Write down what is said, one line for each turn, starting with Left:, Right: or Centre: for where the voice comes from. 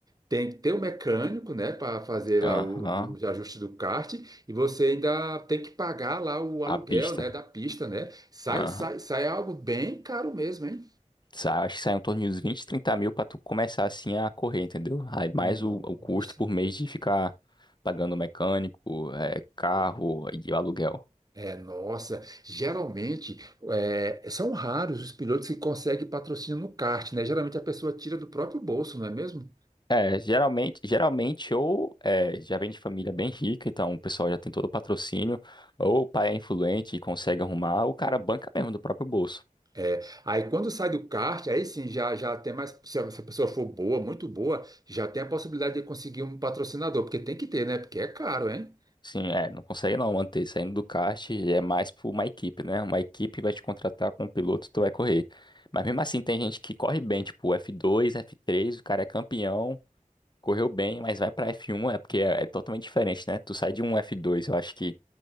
Right: tem que ter o mecânico, né, para fazer
Left: Aham.
Right: lá o- os ajustes do kart, e você ainda tem que pagar lá o aluguel,
Left: A pista.
Right: né, da pista, né? Sai,
Left: Aham.
Right: sai, sai algo bem caro mesmo, hein?
Left: Sa- Acho que sai em torno de uns 20, 30 mil pra tu começar assim a correr, entendeu? Aí mais
Right: Nossa.
Left: o, o custo por mês de ficar pagando mecânico, eh, carro e aluguel.
Right: É, nossa, geralmente é, são raros os pilotos que conseguem patrocínio no kart, né? Geralmente a pessoa tira do próprio bolso, não é mesmo?
Left: É, geralmente, geralmente ou é, já vem de família bem rica, então o pessoal já tem todo o patrocínio, ou o pai é influente e consegue arrumar, ou o cara banca mesmo do próprio bolso.
Right: É, aí quando sai do kart, aí sim já, já tem mais. Se a se a pessoa for boa, muito boa, já tem a possibilidade de conseguir um patrocinador, porque tem que ter, né? Porque é caro, hein?
Left: Sim, é, não consegue não manter. Saindo do kart é mais por uma equipe, né? Uma equipe vai te contratar com um piloto, tu vai correr. Mas mesmo assim, tem gente que corre bem, tipo f dois f três o cara é campeão, correu bem, mas vai pra f um é porque é, é totalmente diferente, né? Tu sai de um f dois eu acho que